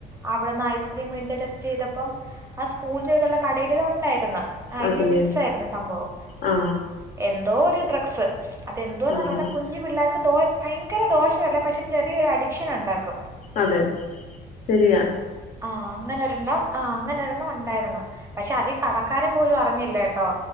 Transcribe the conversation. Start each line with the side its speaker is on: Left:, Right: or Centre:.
Right: അവിടെന്ന് ഐസ്ക്രീം വേടിച്ചിട്ട്സ് ചെയ്തപ്പം ആ സ്കൂൾന് <unintelligible> കടയിലിത് ഉണ്ടായിരുന്ന ആ
Left: അതെ
Right: ഇതി മിക്സ് ആയിരുന്നു സംഭവം
Left: ആ
Right: എൻ എന്തോരു ഡ്രഗ്സ് അതെന്തോന്ന്
Left: അതെ
Right: അറിഞ്ഞൂടാ കുഞ്ഞു പിള്ളേർക്ക് ദോ ഭയങ്കര ദോഷവല്ല പക്ഷെ ചെറിയൊരു അഡിക്ഷൻ ഉണ്ടാക്കും
Left: അതെ ശരിയാ
Right: ആഹ് അങ്ങനൊരണ്ണം ആഹ് അങ്ങനെ ഒരൊണ്ണം ഉണ്ടായിരുന്ന് പക്ഷെ അതി കട ക്കാരം പോലും അറിഞ്ഞില്ലേട്ടോ